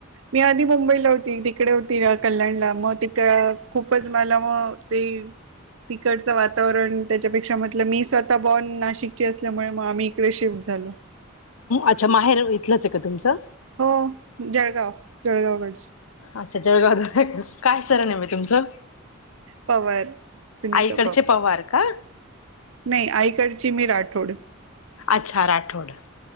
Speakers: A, on the right; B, on the left.
A: मी आधी मुंबईला होती तिकडे होती कल्याणला मग तिक खूपच म ते तडच वातावरण त्याच्या क्ष म्हटलं मी स्वतः बॉर्न नाशिकची असल्यामुळे मग आम्ही इकडे शिफ्ट झालो
B: अच्छा माहेर इथलंच आहे का तुमचं
A: हो जळगाव जळगावकडच
B: अच्छा जळग काय सर नम आहे तुमचं
A: पवार सुनीता
B: आईकडचे पवार का
A: नाही आईकडची मी राठोड
B: अच्छा राठोड